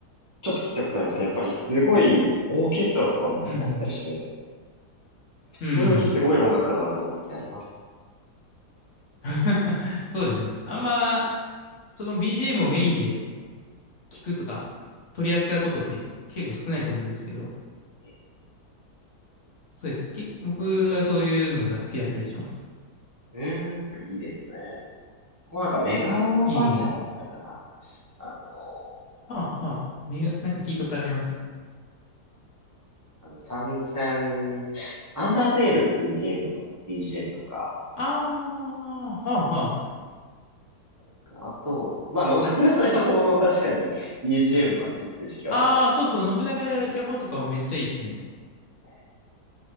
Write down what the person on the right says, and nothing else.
ちょっと聞いたことありますけど、やっぱりすごいオーケストラとかもやってたりして、
普通にすごい音楽だなと思う時あります
ね。
うーん、いいですね。こうなんかメガロバニアだったかな。
あの、
あの、サンズ戦、アンダーテールっていうゲームの BGM とか、
ですかね。あと、まあ、信長の野望の確かに BGM は聞いた時期はありましたね。
ね